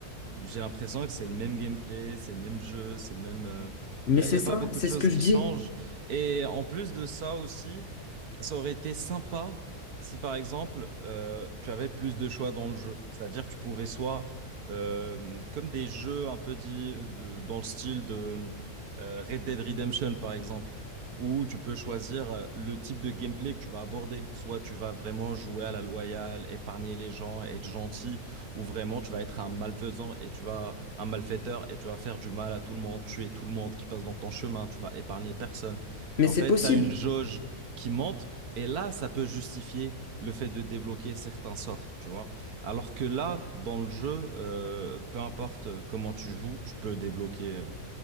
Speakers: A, on the right; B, on the left.
A: j'ai l'impression que c'est le même gameplay, c'est le même jeu, c'est le même.
B: Mais
A: Il n'y a,
B: c'est
A: y a
B: ça,
A: pas beaucoup
B: c'est
A: de choses
B: ce que
A: qui
B: je dis.
A: changent. Et en plus de ça aussi, ça aurait été sympa si par exemple euh, tu avais plus de choix dans le jeu. C'est-à-dire que tu pouvais soit, euh, comme des jeux un peu dit, de- dans le style de euh, Red Dead Redemption par exemple, où tu peux choisir euh, le type de gameplay que tu vas aborder. Soit tu vas vraiment jouer à la loyale, épargner les gens, être gentil où vraiment tu vas être un malfaisant et tu vas un malfaiteur et tu vas faire du mal à tout le monde, tuer tout le monde qui passe dans ton chemin, tu vas épargner personne.
B: Mais
A: Et en
B: c'est
A: fait,
B: possible.
A: tu as une jauge qui monte et là, ça peut justifier le fait de débloquer certains sorts, tu vois. Alors que là, dans le jeu, euh, peu importe comment tu joues, tu peux débloquer.